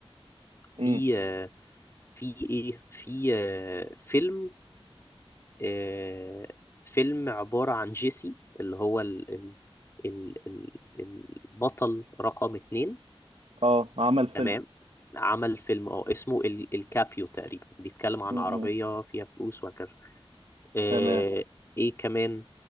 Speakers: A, on the left; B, on the right.
A: في
B: امم
A: آه، في ايه في آه، فيلم آه، فيلم عبارة عن جيسي اللي هو ال ال ال ال البطل رقم اتنين
B: اه عمل
A: تمام
B: فيلم
A: عمل فيلم اه اسمه ال- الكابيو تقريبا بيتكلم عن
B: امم
A: عربية فيها فلوس وهكذا آه،
B: تمام
A: ايه كمان